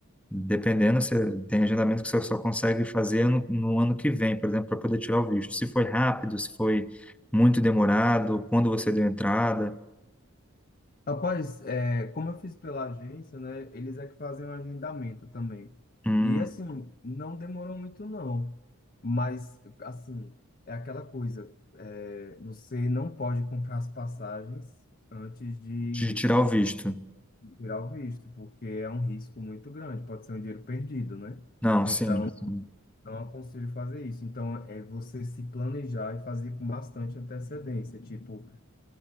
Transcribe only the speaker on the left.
Rapaz, é, como eu fiz pela agência, né? Eles é que fazem o agendamento também.
E assim, não demorou muito, não. Mas, assim, é aquela coisa: é, você não pode comprar as passagens antes de
tirar o visto, porque é um risco muito grande, pode ser um dinheiro perdido, né?
Então,
não aconselho fazer isso. Então, é você se planejar e fazer com bastante antecedência. Tipo,